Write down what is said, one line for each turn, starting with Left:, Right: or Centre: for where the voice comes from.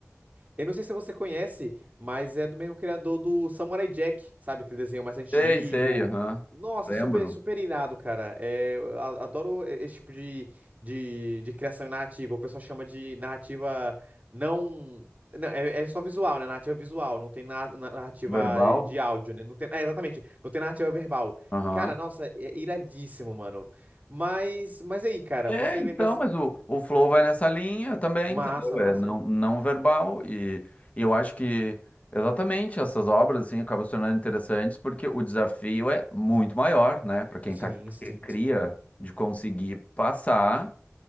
Right: Eu não sei se você conhece, mas é do mesmo criador do Samurai Jack, sabe? Aquele desenho mais antigo.
Left: Sei, sei, aham.
Right: Nossa,
Left: Lembro.
Right: super, super irado, cara. É, eu a- adoro e- esse tipo de, de, de criação narrativa. O pessoal chama de narrativa não. não, é, é só visual, né? Narrativa visual, não tem na- na- narrativa
Left: Verbal?
Right: de áudio, né? Não tem, é, exatamente, não tem narrativa verbal.
Left: Aham.
Right: Cara, nossa, é iradíssimo, mano. Mas, mas aí, cara,
Left: É,
Right: você
Left: então,
Right: lembra.
Left: mas o, o Flow vai nessa linha também,
Right: Massa,
Left: entendeu?
Right: massa.
Left: É não, não verbal. E, e eu acho que exatamente essas obras assim, acabam se tornando interessantes porque o desafio é muito maior, né? Para quem
Right: Sim,
Left: tá,
Right: sim,
Left: que cria,
Right: sim.
Left: de conseguir passar.